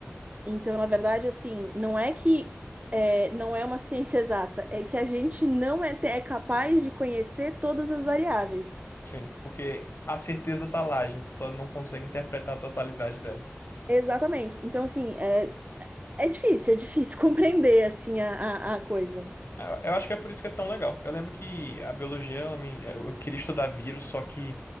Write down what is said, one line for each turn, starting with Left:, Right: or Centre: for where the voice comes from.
Right: Então, na verdade, assim, não é que é, não é uma <laughs> ciência exata, é que a gente não é, é capaz de conhecer todas as variáveis.
Left: sim, porque a certeza tá lá, a gente só não consegue interpretar a totalidade dela.
Right: Exatamente. Então, assim, é, é difícil, é difícil <laughs> compreender assim a, a a coisa.
Left: Eu, eu acho que é por isso que é tão legal. Eu lembro que a biologia, ela me- eu, eu queria estudar vírus, só que